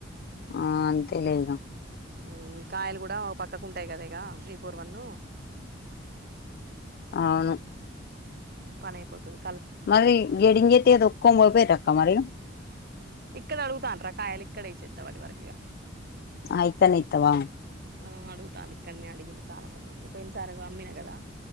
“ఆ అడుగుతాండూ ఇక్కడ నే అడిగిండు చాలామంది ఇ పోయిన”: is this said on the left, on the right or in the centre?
Right